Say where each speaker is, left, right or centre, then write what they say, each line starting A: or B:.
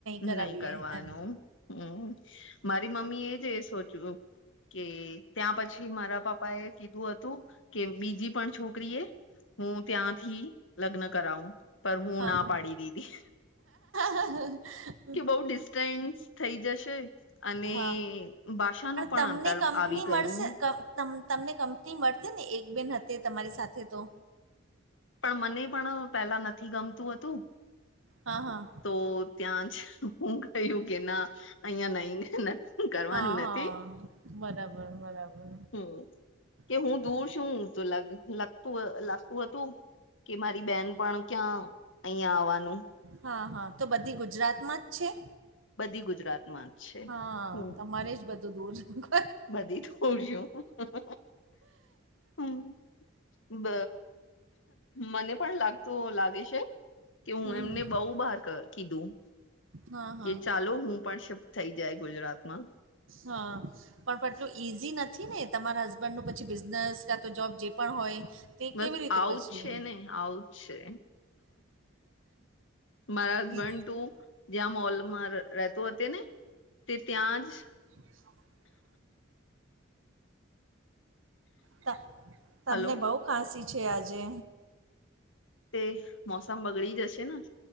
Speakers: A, on the right (about 85°); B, on the left (about 70°).
A: કરાવીએ
B: નહીં કરવાનું,
A: એમ.
B: હમ્મ. મારી મમ્મીએ જ એ સોચ્યું કે ત્યાં પછી મારા પાપા એ કીધું હતું કે બીજી પણ છોકરીએ હું ત્યાંથી લગ્ન કરાવું, પણ હું
A: હા,
B: ના
A: હા.
B: પાડી દીધી.
A: <inaudible>
B: કે બહુ ડિસ્ટન્સ થઈ જશે અને
A: હા,
B: ભાષાનું પણ
A: તમને
B: અંતર
A: કંપની
B: આવી ગયું.
A: મળશે ક તમ તમને કંપની મળતે ને એક બહેન હતી તમારી સાથે તો.
B: પણ મને પણ પેલા નથી ગમતું હતું.
A: હા, હા.
B: તો ત્યાં જ હું કહ્યું કે ના અહિયાં નહી, કરવાનું
A: હા,
B: નથી.
A: હા. બરાબર, બરાબર,
B: હમ્મ કે
A: બરાબર.
B: હું દૂર સું તો લગ લગ તું લાગતું હતું કે મારી બહેન પણ ક્યાં અહિયાં આવવાનું
A: હા, હા. તો બધી ગુજરાતમાં જ છે?
B: બધી ગુજરાત માં જ. છે
A: હા,
B: હમ
A: તમારે જ બધું દૂર <unintelligible>
B: બધી થોડી <unintelligible> હમ્મ. બ મને પણ લાગતું લાગે છે કે હું
A: હમ,
B: એમને
A: હમ.
B: બહુ બહાર ક કીધું.
A: હા, હા.
B: કે ચાલો હું પણ શિફ્ટ થઈ જાય ગુજરાતમાં.
A: હા. પણ પટલું ઈઝી નથી ને તમારા હસ બન્ડનું પછી બિઝનેસ કા તો જોબ જે પણ હોય તે
B: બસ
A: કેવી રીતે
B: આવું
A: પછી
B: જ છે ને, આવું જ છે. મારા
A: ઈ
B: હસબન્ડ ટુ જ્યાં મોલમાં રહેતો હતો ને તે ત્યાં જ
A: <inaudible> ત તમને
B: હલો
A: બહુ ખાંસી છે આજે.
B: તે મોસમ બગડી જશે ના.